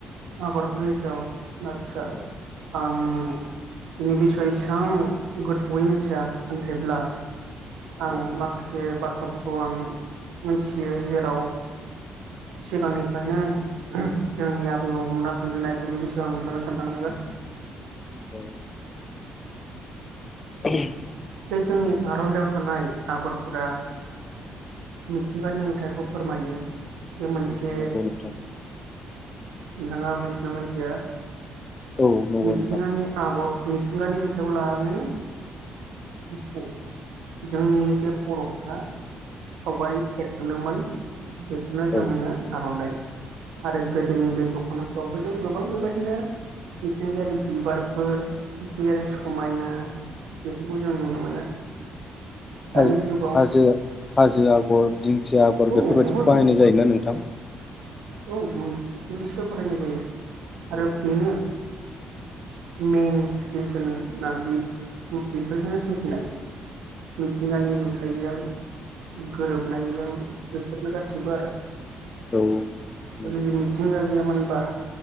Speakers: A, on the right; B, on the left.
A: आगर फोरनि सायाव आदसा
B: औ
A: आं बिनि बिसय इसेबां गोथौयै मिथिया नाथायब्ला आं
B: औ
A: माखासे बाथ्रा फोर खौ आं मिथियो जेराव सिगांनि फ्रायनो जोंनि आ बौ मोना खोन्थानाय बिनि बिसय आं नोंथांनो खोन्थानो हागोन।
B: औ। <unintelligible>
A: बे जोंनि आर'नाइ याव थानाय आगरलफोरा मिथिंगानि नुथायखौ फोरमायो बे मोनसे
B: औ नंगौ नोंथां।
A: नोंथाङा मिनथियो ना मिनथिया
B: औ नंगौ
A: मिथिंगानि
B: नोंथां
A: आगर मिथिंगानि नुथायाइखौ लानानै जोंनि बे बर'फ्रा सावगारि एरग्रोदोंमोन बेखौनो
B: औ
A: जों होनो आर'नाइ। आरो गोदोनि
B: औ
A: बे दखान दख'ना फोरावबो जों गोबां बेबायदिनो मिथिंगायारि बिबारलफोर मिथिंगायारि समायना
B: औ
A: उम खौ जों नुनो मोनो। दानि
B: हाजो
A: जुगाव
B: हाजो हाजो आगर दिंखिया आगर
A: औ
B: बेफोरबायदिखौ
A: बहुद
B: बाहायनाय जायोना नोंथां?
A: औ औ सोब बाहा होनाय जायो। आरो
B: औ
A: बेनो मेन रिजोनआ बि बेफोरजोंनो सोमजिनाय। मिथिंगानि नु खाइजों गोरोबनायजों बेफोरनो गासैबो आरो।
B: औ नंगौ
A: जुदि
B: नोंथां
A: मिथिंगा गैयामोनबा